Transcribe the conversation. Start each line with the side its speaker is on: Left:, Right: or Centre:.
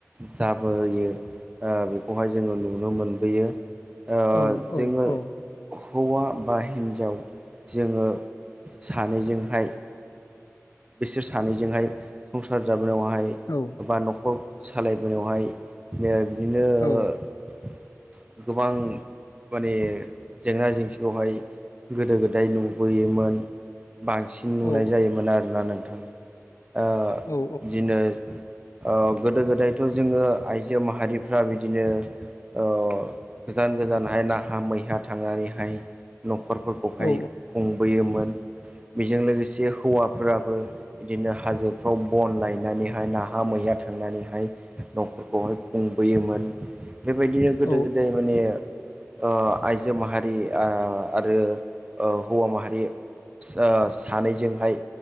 Right: जाबोयो ओ बेखौहाय जोङो नुनो मोनबोयो। ओ
Left: औ
Right: जोङो
Left: औ
Right: हौवा बा हिन्जाव जोङो सानैजोंहाय बिसोर सानैजोंहाय संसार जाबोनायावहाय
Left: औ
Right: बा न'खर सालायबोनायावहाय ओ बिदिनो ओ
Left: औ नोंथां
Right: गोबां माने जेंना जेंसिखौहाय गोदो गोदाय नुबोयोमोन। बांसिन नुनाय
Left: औ
Right: जायोमोन आरोना नोंथां बिदिनो
Left: औ
Right: ओ गोदो गोदायथ' जोङो आइजो माहारिफ्रा बिदिनो ओ गोजान गोजानहाय नाहा मैहा थांनानैहाय न'खरफोरखौहाय।
Left: औ
Right: खुंबोयोमोन बेजों लोगोसे हौवाफोराबो। बिदिनो हाजोफ्राव बन लायनानैहाय नाहा मैया थांनानैहाय। न'फोरखौहाय खुंबोयोमोन बेबायदिनो गोदो
Left: औ
Right: गोदाय माने ओ आइजो माहारि ओ आरो हौवा माहारि। सा सानैजोंहाय